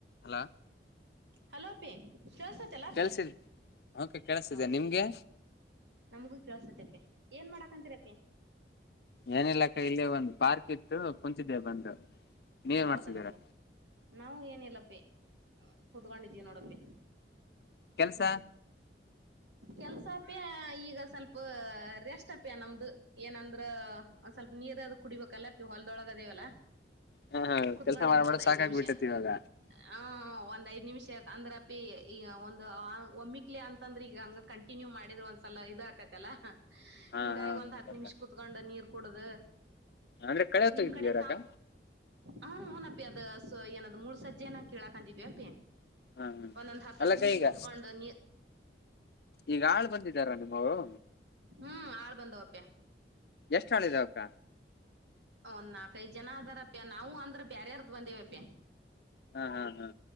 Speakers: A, on the left (about 60°); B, on the right (about 80°).
A: Hello
B: hello ಅಪ್ಪಿ ಕೇಳೋಸತೆಲ್ಲ ಅಪ್ಪಿ
A: ಕೆಲ್ಸಿಲ್ ಓಕೆ ಕೇಳಿಸ್ತಿದೆ
B: ಹ
A: ನಿಮ್ಗೆ
B: ನಮಗೂ ಕೇಳೋಸತೆ ಅಪ್ಪಿ ಏನ್ ಮಾಡ ಹಂತರಾಪಿ
A: ಏನಿಲ್ಲಕ್ಕ ಇಲ್ಲಿ ಒಂದು ಪಾರ್ಕ್ ಇತ್ತು ಕುಂತಿದ್ದೆ ಬಂದು ನೀವೇನ್
B: ಹೌದನಪ್ಪಿ
A: ಮಾಡ್ತಿದ್ದೀರಾ
B: ನಾವು ಏನಿಲ್ಲ. ಪಿ ಕೂತ್ಕೊಂಡಿದಿವ ನೋಡ್ ಅಪ್ಪಿ.
A: ಕೆಲ್ಸ.
B: ಕೆಲ್ಸ ಅಪ್ಯ ಈಗ ಸ್ವಲ್ಪ ರೆಸ್ಟ್ ಅಪ್ಯ ನಮ್ದು ಏನಂದ್ರ ಒಂದ್ ಸ್ವಲ್ಪ ನೀರ್ ಅದು ಕುಡಿಬೇಕಲ್ಲಪಿ ಹೊಲ್ದೊಳಗದೇವಲ್ಲ.
A: ಹಾ ಹಾ
B: ಕುತ್ಕೊಂಡಿದ್ವಿ
A: ಕೆಲ್ಸ ಮಾಡ್ಬೇಡ
B: ಒಂದ್
A: ಸಾಕಾಗ್ಬಿಟ್ಟೈತಿ
B: ಐದ್ ನಿಮಿಷ
A: ಇವಾಗ
B: ಹಾ ಒಂದ್ ಐದ್. ನಿಮಿಷ ಅಂದ್ರಪಿ ಈಗ ಒಂದು ಒಮ್ಮಿಕ್. ಕಲಿ ಅಂತಂದ್ರೆ ಈಗ ಹಂಗ ಕಂಟಿನ್ಯೂ ಮಾಡಿದ್ರ ಒಂದ್ಸಲ ಇದು ಆಕತಲ್ಲಾ.
A: ಹಾ
B: ಹಿಂಗಾಗಿ
A: ಹಾ
B: ಒಂದ್
A: ಹೌದಕ್ಕ
B: ಹತ್ ನಿಮಿಷ್ ಕುತ್ಕೊಂಡ ನೀರ್ ಕುಡ್ದ
A: ಅಂದ್ರೆ ಕಳೆ
B: ನಿಮ್
A: ತೆಗ್ದಿದ್ದೀರಕ್ಕ
B: ಕಡೆ ತ. ಹಾ ಹುನಪ್ಪಿ ಅದ ಏನದ್ ಮೂಳ್ ಸಜ್ಜೆನ ಕೇಳಾಕಂತಿದ್ವಿ ಅಪಿ.
A: ಹಾ ಹಾ
B: ಒಂದಂದ ಹತ್ತ
A: ಅಲ್ಲಕ್ಕ
B: ನಿಮಿಷ
A: ಈಗ
B: ಕುೂತ್ಗೊಂಡನೀ
A: ಈಗ ಆಳ ಬಂದಿದ್ದಾರ ನಿಮ್ಮವರು.
B: ಹ್ಮ್ ಆಳ್ ಬಂದವಪ್ಯ.
A: ಎಷ್ಟ್ ಆಳ್ ಇದಾವಕ್ಕ
B: ಒಂದ್ ನಾಲ್ಕೈದ ಜನ ಅದರಪ್ಯ ನಾವು ಅಂದ. ಬ್ಯಾರೆಯರ್ದ ಬಂದೇವಪ್ಯ.
A: ಹ್ಮ ಹಾ ಹಾ.